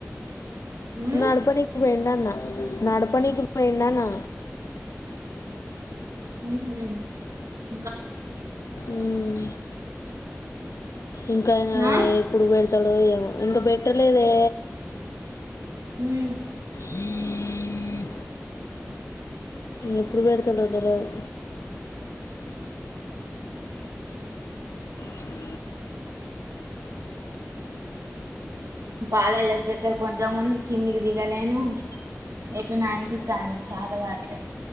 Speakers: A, on the right (about 80°); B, on the left (about 75°).
A: మ్మ్
B: నడపనికి పోయిండు అన్న నడపనీకి పోయిండన్నా
A: మ్మ్ హు
B: మ్మ్ ఇంకానా
A: ఆ
B: ఎప్పుడు పెడ్ తాడో ఏమో ఇంకా బేట్టలేదే
A: మ్మ్
B: ఈ ఎప్పుడు పెడతాడో తెలవదు చిక్
A: పాలల చేక్కెర కొంచెం ముంది కిందికి దిగలేను ఎట్లనో అనిపితంది చత కాగాట్లేదు